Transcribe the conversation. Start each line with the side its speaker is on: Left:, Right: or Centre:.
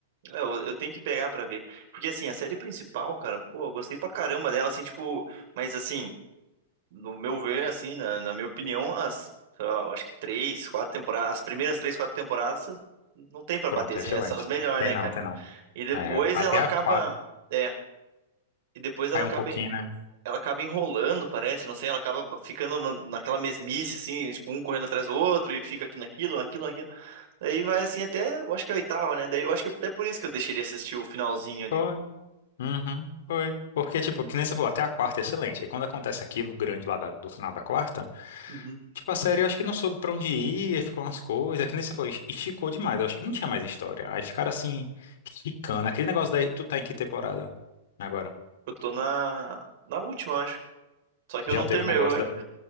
Right: É, Eu, eu tenho que pegar pra ver. Porque assim, a série principal, cara, pô, eu gostei pra caramba dela, assim, tipo. Mas assim, no meu ver, assim, na, na minha opinião, as, sei lá, eu acho que três, quatro temporadas, as primeiras três, quatro temporadas não tem pra
Left: Pronto,
Right: bater, assim,
Left: é excelente.
Right: essas são as melhores,
Left: Tem
Right: né,
Left: não,
Right: cara?
Left: tem não.
Right: E depois
Left: É, até
Right: ela
Left: a
Right: acaba.
Left: quarta,
Right: É. E depois ela
Left: cai
Right: acaba.
Left: um pouquinho, né?
Right: ela acaba enrolando, parece, não sei, ela acaba ficando na- naquela mesmice, assim, tipo, um correndo atrás do outro e fica aqui naquilo, naquilo, naquilo. Daí vai assim até, eu acho que é a oitava, né? Daí eu acho que é até por isso que eu deixei de assistir o finalzinho ali.
Left: Foi. Uhum, foi. Porque, tipo, que nem você falou, até a quarta é excelente. Aí quando acontece aquilo grande lá da- do final da quarta.
Right: Uhum.
Left: Tipo, a série eu acho que não soube pra onde ir, aí ficou umas coisas, é que nem você falou, es- esticou demais, eu acho que não tinha mais história. Aí ficaram assim, esticando. Aquele negócio daí, tu tá em que temporada agora?
Right: Eu tô na, na última, eu acho. Só que
Left: Já
Right: eu não
Left: teve
Right: terminei.
Left: o negócio
Right: Eu-
Left: da,